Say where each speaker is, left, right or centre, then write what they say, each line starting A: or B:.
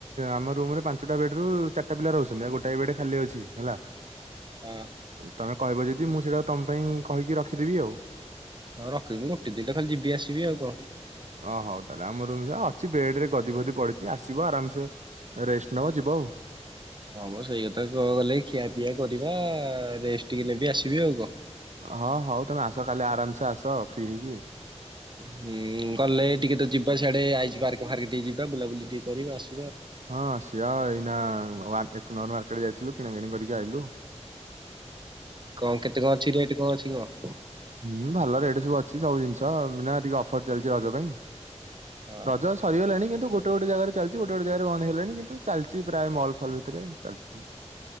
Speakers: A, on the right; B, on the right.
A: ଆମ ରୁମରେ ପାଞ୍ଚଟା ବେଡ ରୁ ଚାରିଟା ପିଲା ରହୁଛନ୍ତି ଆଉ ଗୋଟାଏ ବେଡ ଖାଲି ଅଛି ହେଲା
B: ହଁ
A: ତମେ କହିବ ଯଦି ମୁଁ ସେଇଟା ତମ ପାଇଁ କହିକି ରଖିଦେବି ଆଉ
B: ହଁ ରଖଦିନି ଗୋଟେ ଦିନ ତା ଖାଲି ଯିବି ଆସିବି ଆଉ କଣ
A: ଓ ହଉ ତାହେଲେ ଆମ ରୁମ ଅଛି ବେଡ ରେ ଗଦି ଫଦି ପଡିଛି ଆସିବ ଆରାମସେ ରେଷ୍ଟ ନବ ଯିବ ଆଉ
B: ହଁବ ସେଇ କଥା କ ଗଲେ ଖିଆ ପିଆ କରିବା ରେଷ୍ଟ ଟିକ ନେବି ଆସିବି ଆଉ କହ
A: ହଁ ହଉ ତମେ ଆସ କାଲି ଆରାମସେ ଆସ ଫ୍ରି ହେଇକି
B: ହୁଁ ଗଲେ ଟିକେ ତ ଯିବା ସିଆଡେ ଗୋେ ଆଇ ପାର୍କ ଫାର୍କ ଟିକେ ଯିବା ବୁଲାୁଲି ଟିକେ କରିବା ଆସ
A: ହଁ ଶିଆ ଏଇନା କ ମାର୍କେଟ ଯାଇଥିଲୁ କିଣା କିିଣି କରିକି ଆଇଲୁ।
B: କଣ କେତେ କଣ ଅଛି ରେଟ୍ କଣ ଅଛି କଣ?
A: ହୁଁ ଭଲ ରେଟ ସବୁ ଅଛି ସବୁ ଜିନିଷ ନା ଟିକେ ଅଫର ଚାଲିଛି ରଜ ପାଇଁ
B: ହଁ।
A: ରଜ ସରିଗଲେଣି କିନ୍ତୁ ଗୋଟେ ଗୋଟେ ଜାଗାରେ ଚାଲିଛି ଗୋଟେ ଗୋଟେ ଜାଗାରେ ବନ୍ଦ ହେଲେଣି କିନ୍ତୁ ଚାଲିଛି ପ୍ରାୟ ମଲ ଫଲ ଭିତରେ ଚାଲିଛିତି।